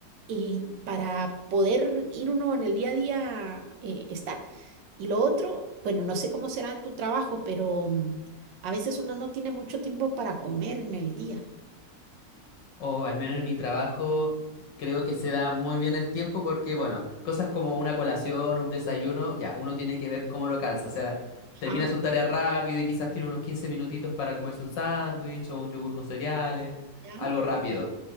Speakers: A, on the right; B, on the left.
A: eh, para poder ir uno en el día a día eh, estar. Y lo otro, bueno, no sé cómo será en tu trabajo, pero mm, a veces uno no tiene mucho tiempo para comer en el día.
B: O al menos en mi trabajo creo que se da muy bien el tiempo porque, bueno, cosas como una colación, un desayuno, ya, uno tiene que ver cómo lo calza. O sea, termina
A: Ajá,
B: sus tareas rápido y quizás tiene unos 15 minutitos para comerse un sándwich o un yogur con cereales,
A: ya,
B: algo rápido.